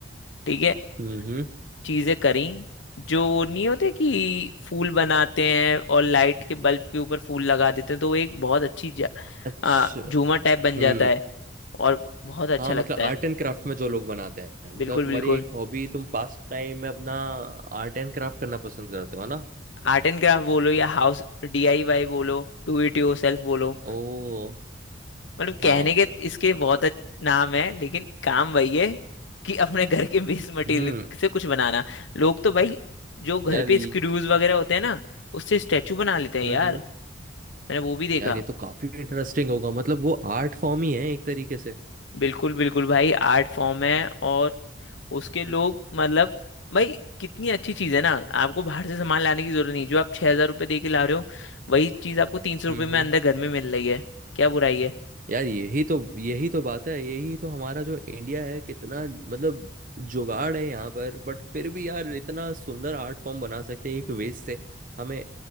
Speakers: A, on the left; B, on the right.
A: ठीक है
B: हम्म हम्म
A: चीजें करी जो वो नहीं होते कि फूल बनाते हैं और लाइट के बल्ब के ऊपर फूल लगा देते हैं तो वो एक बहुत अच्छी जा-
B: अच्छा
A: आ, झूमर टाइप बन
B: हम्म
A: जाता है और बहुत अच्छा
B: हाँ मतलब
A: लगता है
B: आर्ट एंड क्राफ्ट में जो लोग बनाते हैं मतलब
A: बिल्कुल
B: तुम्हारी
A: बिल्कुल
B: एक हॉबी तुम पास टाइम में अपना आर्ट एंड क्राफ्ट करना पसंद करते हो है ना
A: आर्ट एंड क्राफ्ट बोलो या हाउस डीआईवाई बोलो डू इट योरसेल्फ बोलो
B: ओ
A: मतलब कहने
B: हाँ
A: के इसके बहुत अच्छे नाम है लेकिन काम वही है कि अपने घर के वेस्ट मटेरियल
B: हम्म
A: से कुछ बनाना लोग तो भाई जो घर
B: यार
A: पे
B: ये
A: स्क्रूज वगैरह होते हैं ना उससे स्टेचू बना लेते हैं
B: हम्म
A: यार
B: हम्म
A: मैंने वो भी देखा
B: यार ये तो काफी इंटरेस्टिंग होगा मतलब वो आर्ट फॉर्म ही है एक तरीके से
A: बिल्कुल बिल्कुल भाई आर्ट फॉर्म है और उसके लोग मतलब भाई कितनी अच्छी चीज है ना आपको बाहर से सामान लाने की जरूरत नहीं जो आप छह हजार रुपये दे के ला रहे हो वही चीज आपको तीन सौ रुपये
B: हम्म
A: में अंदर घर में मिल रही है क्या बुराई है
B: यार यही तो यही तो बात है यही तो हमारा जो इंडिया है कितना मतलब जुगाड़ है यहाँ पर बट फिर भी यार इतना सुंदर आर्ट फॉर्म बना सकते हैं एक वेस्ट से हमें